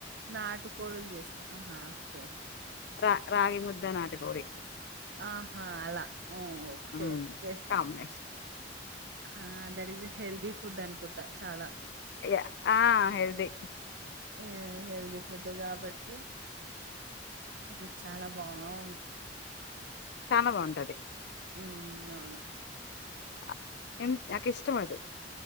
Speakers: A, on the right; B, on the left.
A: నాటుకోడలు చేసుకొన హా అంతే
B: రా రాగి ముద్ద నాటుకోడి
A: ఆహా అలా ఉ ఓకే
B: ఉమ్
A: ఓకే
B: కాంబినేషన్
A: ఆ that is a healthy food అనుకుంటా చాలా
B: ఇగ ఆ హెల్ది
A: ఏ హెల్దీ ఫుడ్ కాబట్టి అది చాలా బావుం
B: చనా బావుంటది
A: ఉ అవును
B: అ ఎం అక ఇష్టం అది